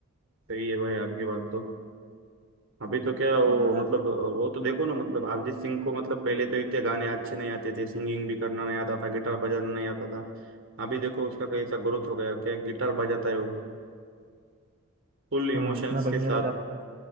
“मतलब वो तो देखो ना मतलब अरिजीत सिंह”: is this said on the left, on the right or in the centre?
Right